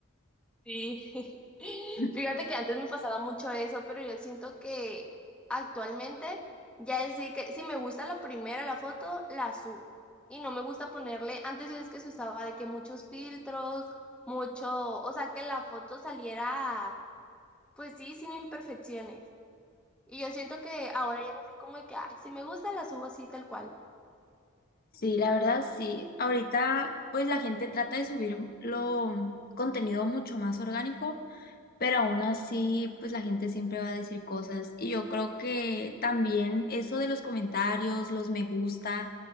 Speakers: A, in the centre; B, on the left.
A: Sí, <laughs>
B: Sí,
A: fíjate que antes me pasaba mucho eso, pero yo siento que actualmente ya es de que si me gusta la primera, la foto, la subo. Y no me gusta ponerle, antes ya es que se usaba de que muchos filtros, mucho, o sea, que la foto saliera, pues sí, sin imperfecciones. Y yo siento que ahora ya es así como de que, ay, si me gusta, la subo así tal cual.
B: sí, la verdad sí. Ahorita pues la gente trata de subir lo contenido mucho más orgánico pero aún así, pues la gente siempre va a decir cosas. Y yo creo que también eso de los comentarios, los me gusta,